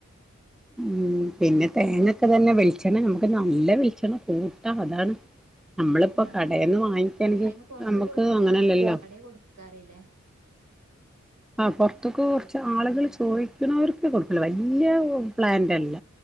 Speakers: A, in the centre; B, on the right.
A: ഉം
B: ആഹ്
A: പിന്നെ തേങ്ങൊക്കെ തന്നെ വെൾച്ചെണ്ണ നമുക്ക് നല്ല വെൾച്ചെണ്ണ കൂട്ടാ അതാണ് നമ്മളിപ്പോ
B: ആഹ്
A: കടേന്ന്
B: ആഹ്
A: വാങ്ങിക്കാണെങ്കി
B: തേങ്ങ പൊറത്ത്
A: നമുക്ക്
B: ക്ക് കൊടുക്കാറില്ലേ
A: അങ്ങനെയല്ലല്ലോ
B: കടേ കൊടുക്കാറില്ലേ?
A: ആ പൊർത്ത്ക്ക് കുറച്ച് ആളുകൾ ചോയ്ക്ക്ണവർക്ക് കൊടുക്കുല വല്യ പ്ലാന്റല്ല.